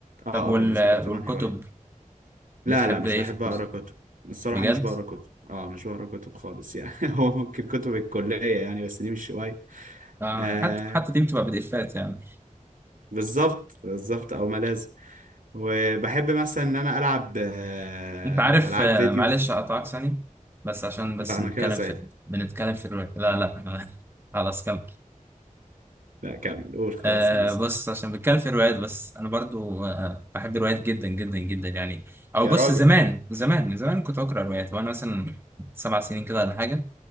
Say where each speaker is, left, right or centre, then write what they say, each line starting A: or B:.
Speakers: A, on the right; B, on the right.
A: أه
B: طب وال...
A: بالنسبة لي طبعا
B: والكتب
A: هواية لا
B: بتحب
A: لا مش
B: ايه
A: بحب
B: في الكتب
A: أقرأ كتب الصراحة
B: بجد
A: مش بقرأ كتب أه مش بقرأ كتب خالص يعني <laughs> هو ممكن كتب الكلية يعني بس دي مش هواية
B: اه
A: آه
B: حتى حتى دي بتبقى بديفات يعني
A: بالظبط بالظبط أو ما لازم وبحب مثلا إن أنا ألعب آه
B: انت عارف
A: ألعاب
B: آه،
A: فيديو
B: معلش اقطعك ثانية بس عشان بس
A: لا أنا
B: نتكلم
A: كده زعلت
B: في بنتكلم في الروايات لا لا <laughs> خلاص كمل
A: لا كمل قول خلاص
B: آه
A: أنا س-
B: بص عشان بنتكلم في الروايات بس انا برضو آه بحب الروايات جدا جدا جدا يعني او
A: يا
B: بص
A: راجل
B: زمان زمان من زمان كنت بقرا روايات وانا مثلا سبع سنين كده ولا حاجة